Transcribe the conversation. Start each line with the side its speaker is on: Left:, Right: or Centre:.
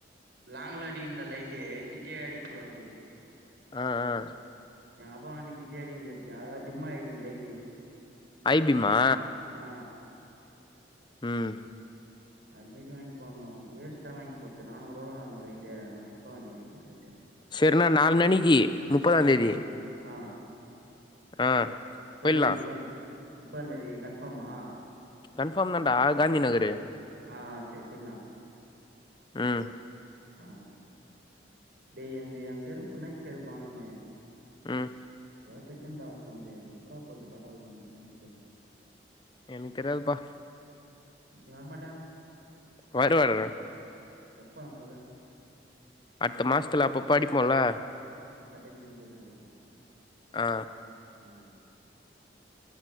Right: லாங்ல அடிக்கும்ல லைட்டு கிட்டியே அடிக்க கூடாது
Left: ஆ ஆ
Right: அப்பு வண்டி கிட்டயே அடிக்குது அதாவது டிம்மா எரியுது லைட்டு
Left: ஐபீமா
Right: ஆ
Left: ம்
Right: அதுமாரி வாங்கி போட்ணு வேஸ்ட்டா வாங்கி போட்டே நானூறு ரூவா லைட்டு நா எங்க அப்பா வண்டி வாங்கி போட்ட லைட்டு
Left: செருண்ணா நால்னணிக்கி முப்பதாந்தேதி
Right: ஆ ஆ
Left: ஆ
Right: சொல்லு
Left: போய்ட்லா
Right: முப்பதா முப்பதாந்தேதி கன்ஃபாமா
Left: கன்ஃபாம் தான்டா காந்தி நகரு
Right: ஆ ஆ செரி போய்லா
Left: ம்
Right: ஆ டேய் என்து ஏ செருப்பு நைக் செருப்பான்னே
Left: ம்
Right: அதாவது தைக்குண்டா தமிழு எப்புற்றா போது பட்டாவரம் தம்பிக்க
Left: எனக்கு தெரியாதுப்பா
Right: நீ வரமாட்ட
Left: வருவாறனே
Right: எப்ப நா சொல்ல
Left: அடுத்த மாசத்துல அப்ப அப்ப படிப்போம்ல
Right: ஆ கட்டடிக்கும் போது போய்லா இல்லயா
Left: ஆ
Right: ஆ